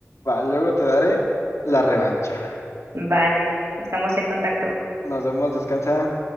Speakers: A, on the left (about 85°); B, on the right (about 70°).
A: va, luego te daré la revancha.
B: Vale, estamos en contacto.
A: Nos vemos, descansa.